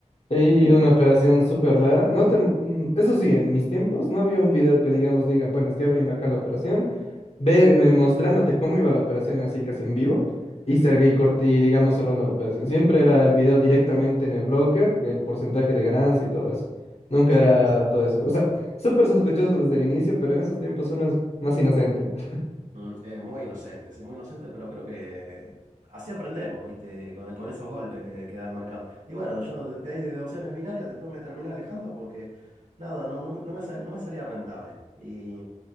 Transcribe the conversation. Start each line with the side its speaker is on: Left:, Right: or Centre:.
Left: Y
Right: Ujú.
Left: una operación súper rara. No te, mm, eso sí, en mis tiempos no había un video que digamos diga, bueno, estoy abriendo acá la operación, ve eh, mostrándote cómo iba la operación así casi en vivo y cerré y Corti, y digamos cerrando la operación. Siempre era el video directamente en el broker, el porcentaje de ganancia y todo eso. Nunca
Right: Sí,
Left: era
Right: sí.
Left: todo eso. O sea, súper sospechoso desde el inicio, pero en esos tiempos uno es más inocente. <laughs>
Right: Mm, Es muy inocente, sí, es muy inocente, pero creo que así aprendemos, ¿viste? Con, con esos golpes que, que da el mercado. Y bueno, yo de, de ahí de opciones binarias después me terminé alejando porque nada, no, no, me no me sa- no me salía rentable. Y